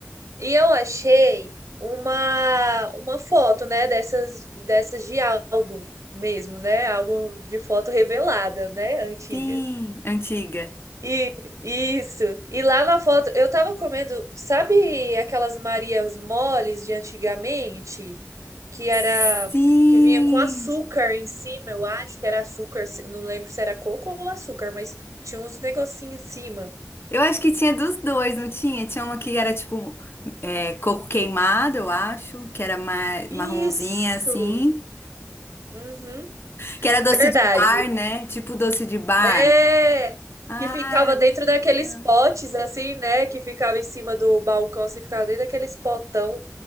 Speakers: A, on the right; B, on the left.
A: e eu achei uma uma foto, né, dessas dessas de álbum mesmo, né? Álbum de foto revelada, né, antiga.
B: Sim, antiga.
A: E isso. E lá na foto eu tava comendo, sabe aquelas Marias moles de antigamente? que era
B: Sim.
A: que vinha com açúcar em cima, eu acho que era açúcar, se- não lembro se era coco ou açúcar, mas tinha uns negocinhos em cima.
B: Eu acho que tinha dos dois, não tinha? Tinha uma que era tipo é, coco queimado, eu acho, que era ma-
A: Isso.
B: marronzinha assim,
A: Uhum.
B: que era doce
A: Verdade.
B: de bar, né? Tipo doce de bar.
A: É.
B: Ah,
A: Que ficava
B: era
A: dentro
B: muito legal.
A: daqueles potes assim, né, que ficava em cima do balcão, assim, ficava dentro daqueles potão,